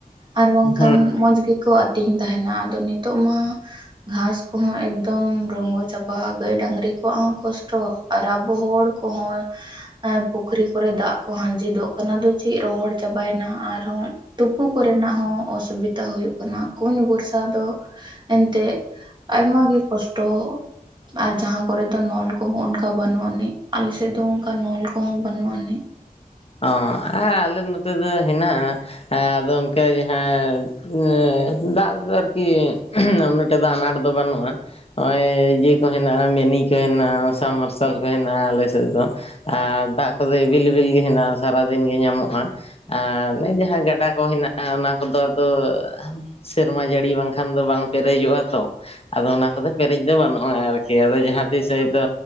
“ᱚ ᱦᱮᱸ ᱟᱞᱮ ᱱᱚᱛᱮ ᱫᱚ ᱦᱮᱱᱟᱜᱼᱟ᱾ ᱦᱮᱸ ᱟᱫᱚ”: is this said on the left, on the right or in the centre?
Left